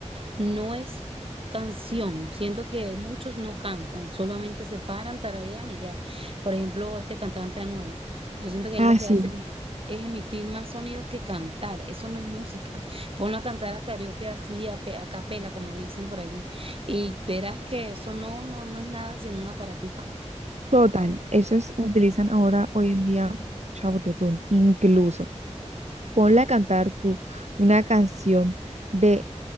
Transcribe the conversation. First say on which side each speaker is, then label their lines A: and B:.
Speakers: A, on the right; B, on the right.
A: no es canción, siento que muchos no cantan, solamente se paran, tararean y ya. Por ejemplo, este cantante Anuel, yo siento que
B: Ah,
A: él lo que
B: sí.
A: hace es emitir más sonidos que cantar, eso no es música. Ponlo a cantar a karaoke así, a, pe- a capela, como dicen por allí, y verás que eso no, no, no es nada sin un aparatico.
B: Total, esos utilizan ahora hoy en día Chabototún, incluso. Ponle a cantar tú una canción de